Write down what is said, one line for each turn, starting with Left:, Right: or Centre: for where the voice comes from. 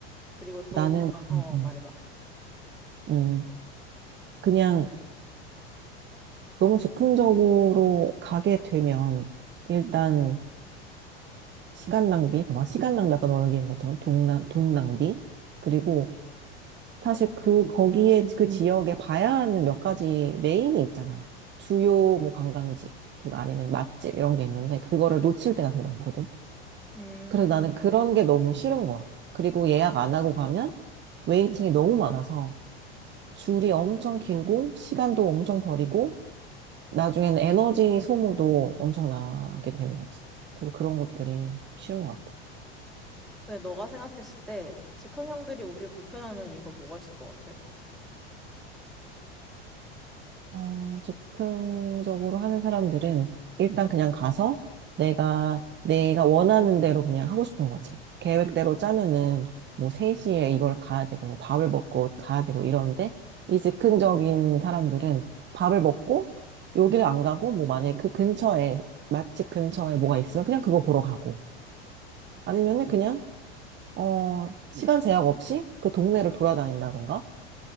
Centre: 그리고 또
Right: 나는,
Centre: 뭔가, 어,
Right: 음, 음,
Centre: 말해봐.
Right: 음, 그냥 너무 즉흥적으로 가게 되면, 일단, 시간 낭비, 봐봐, 시간 낭비, 아까 너 얘기한 것처럼, 돈, 낭- 돈 낭비, 그리고 사실 그, 거기에, 그 음. 지역에 봐야 하는 몇 가지 메인이 있잖아. 주요 뭐 관광지, 그리고 아니면 맛집 이런 게 있는데, 그거를 놓칠 때가 되게 많거든.
Centre: 음,
Right: 그래서 나는 그런 게 너무 싫은 거야. 그리고 예약 안 하고 가면 웨이팅이 너무 많아서 줄이 엄청 길고, 시간도 엄청 버리고, 나중에는 에너지 소모도 엄청나게 되는 거지. 그래서 그런 것들이 싫은 것 같아.
Centre: 근데 너가 생각했을 때 즉흥형들이 우리를 불편하는 이유가 뭐가 있을 것 같아?
Right: 어, 즉흥적으로 하는 사람들은 일단 그냥 가서 내가, 내가 원하는 대로 그냥 하고 싶은 거지. 계획대로 짜면은 뭐 3시에 이걸 가야 되고, 뭐 밥을 먹고 가야 되고 이러는데, 이 즉흥적인 사람들은 밥을 먹고 여기를 안 가고, 뭐 만약에 그 근처에, 맛집 근처에 뭐가 있으면 그냥 그거 보러 가고, 아니면은 그냥, 어, 시간 제약 없이 그 동네를 돌아다닌다던가,